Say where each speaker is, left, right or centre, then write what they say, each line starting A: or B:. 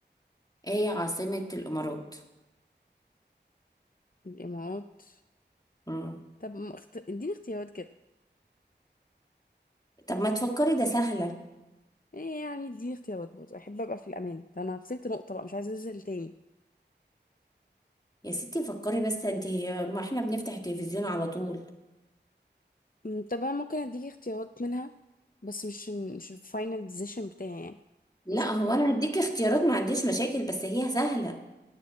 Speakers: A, on the left (about 20°); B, on the left (about 50°).
A: ايه هي عاصمة الإمارات
B: الإمارات
A: مم.
B: طب ما اخت... اديني اختيارات كده
A: طب ما تفكري ده سهلة
B: ايه يعني اديني اختيارات برضه احب ابقى في الامان ده انا خسرت نقطة بقى مش عايزة انزل تاني
A: يا ستي فكري بس انت ما احنا بنفتح التلفزيون على طول
B: أمم، طب انا ممكن اديكي اختيارات منها بس مش مش الفاينل ديسيشن بتاعي يعني
A: لا
B: ماشي
A: هو انا هديك اختيارات ما عنديش مشاكل بس هي سهلة